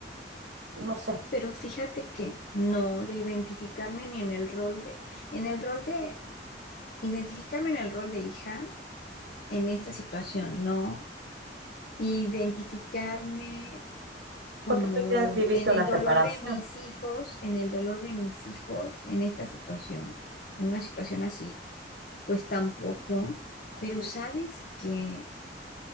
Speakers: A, on the right; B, on the left.
A: no sé,
B: Pero fíjate que no, de identificarme ni en el rol de, en el rol de, identificarme en el rol de hija en esta situación, no. Identificarme como
A: porque tú ya
B: en,
A: viviste
B: en
A: una
B: el
A: separación.
B: dolor de mis hijos, en el dolor de mis hijos, en esta situación, en una situación así, pues tampoco. Pero sabes que